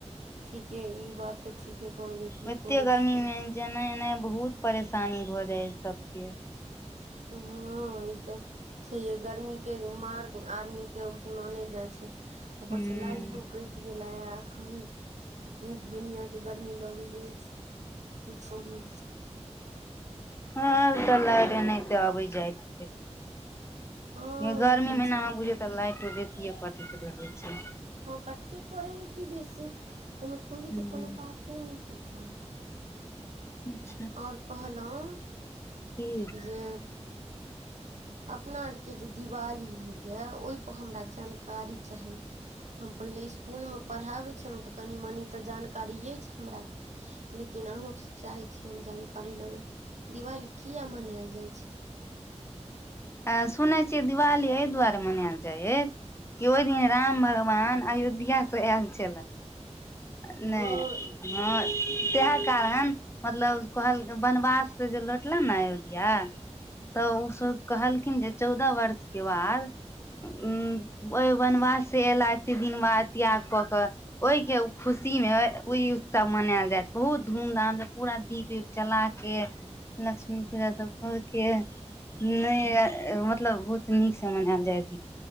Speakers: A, on the right; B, on the left.
A: ठीके ई बात तऽ ठीके कहले की
B: एते
A: कहै
B: गर्मी
A: छीये
B: मे जेनाइ ईनया बहुत परेशानी भऽ जाय सबके
A: हुँ ई सब छै ये गर्मी के मार आदमी के उसनोने जाय छै ऊपर
B: हूं
A: से लाइटो केट गेल या अखन दुनिया के गर्मी लगै गेल छी की कहू
B: हँ तऽ लाइट एनाहिते अबैत जाइत रहते
A: हँ
B: गर्मी
A: ई तऽ
B: महीना
A: छै
B: मे बुझियौ तऽ लाइटो बेसीेये कटैत रहैत छै
A: हँ कटके कर है कि बेसी ओ खोही
B: हूं
A: के कोनो बाते नहि करे
B: अच्छा
A: और कहलहु
B: की
A: जे अपना आरके जे दिवाली होइए ओहिपर हमरा जानकारी चाही ' हम पहिले स्कूलमे मे पढ़ाबै छलहुँ तऽ कनि मनि तऽ जानकरी ऐ छै हमरा लेकिन अहूँसँ चाहै छी हम जानकारी ल ली दिवाली किया मनायल जाइ छै
B: आ सुनै छियै दिवाली एहि दुआरे मनायल जाय अछि कि ओहि दिन राम भगवान अयोध्या से अयोध्या से आयल छलाह
A: हँ
B: नहि ह तएह कारण मतलब कहलकनि वनवास से जे लौटलै ने अयोध्या। तऽ ओसभ कहलखिन जे चौदह वर्ष के बाद ओ बनवास से एयला एते दिन बाद त्याग कऽ कऽ ओहि के खुशी मे ओई उत्सव मनायल जायत बहुत धूम धाम से पूरा दीप ऊप जला कऽ के लक्ष्मी पूजा सब कर के नहि मतलब बहुत नीक से मनायल जायत